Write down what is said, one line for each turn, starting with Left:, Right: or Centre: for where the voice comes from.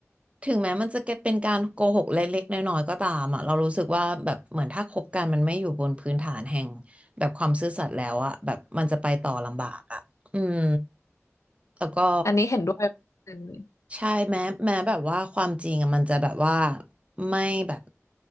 Right: ถึงแม้มันจะเป็นการโกหกเล็กๆน้อยๆก็ตามอ่ะเรารู้สึกว่าแบบเหมือนถ้าคบกันมันไม่อยู่บนพื้นฐานแห่งแบบความซื่อสัตย์แล้วอ่ะแบบมันจะไปต่อลำบากอ่ะอืมแล้วก็
Left: อันนี้เห็นด้วยเปอร์เซ็นต์เลย
Right: ใช่แม้แม้แบบว่าความจริงอะมันจะแบบว่าไม่แบบ